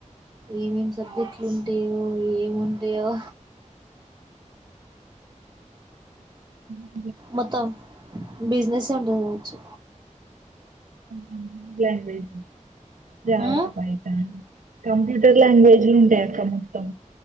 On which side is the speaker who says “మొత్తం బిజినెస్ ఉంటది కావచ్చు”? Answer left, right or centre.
Right